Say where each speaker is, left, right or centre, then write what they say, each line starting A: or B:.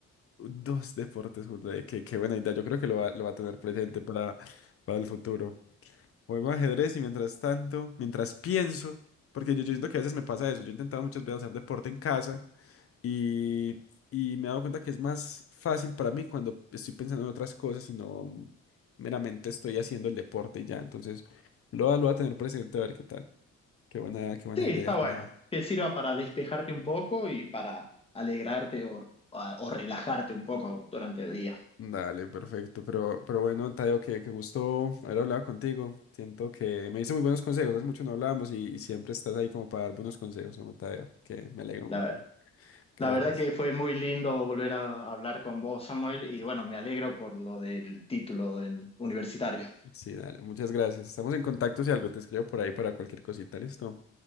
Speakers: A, on the left (about 50°); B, on the left (about 20°).
A: Dos deportes juntos, eh, qué, qué buena idea, yo creo que lo va, lo va a tener presente para, para el futuro. Juego ajedrez y mientras tanto, mientras pienso, porque yo, yo siento que a veces me pasa eso, yo he intentado muchas veces hacer deporte en casa. Y, y me he dado cuenta que es más fácil para mí cuando estoy pensando en otras cosas y no meramente estoy haciendo el deporte y ya. Entonces, lo, va- lo voy a tener presente a ver qué tal. Qué buena, qué buena
B: Sí,
A: idea,
B: está
A: Tadeo.
B: bueno, que sirva para despejarte un poco y para alegrarte o, o- o relajarte un poco durante el día.
A: Dale, perfecto. Pero, pero bueno, Tadeo, que, que gusto haber hablado contigo. Siento que me hizo muy buenos consejos. Hace mucho no hablábamos y, y siempre estás ahí como para dar buenos consejos, ¿no, Tadeo? Que me alegro un
B: La,
A: montón que
B: la
A: lo
B: verdad
A: hagas.
B: que fue muy lindo volver a hablar con vos, Samuel, y
A: Sí,
B: bueno, me alegro por lo del título en- universitario.
A: sí, dale. Muchas gracias. Estamos en contacto si algo te escribo por ahí para cualquier cosita. Listo.